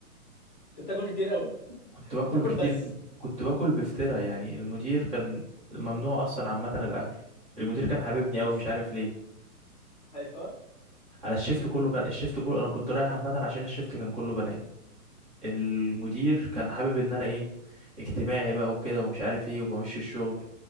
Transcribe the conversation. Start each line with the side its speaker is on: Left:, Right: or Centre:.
Left: انت بتاكل كتير قوي
Right: كنت باكل
Left: بتاكل
Right: كتير
Left: بس
Right: ب... كنت باكل بفترة يعني المدير كان ممنوع اصلا عامة الاكل المدير كان حاببني اوي
Left: بس
Right: مش عارف ليه
Left: <laughs> ايوه
Right: على الشيفت كله كان الشيفت كله انا كنت رايح عامة عشان الشيفت كان كله بنات المدير كان حابب ان انا ايه اجتماعي بقى وكده ومش عارف ايه وبمشي الشغل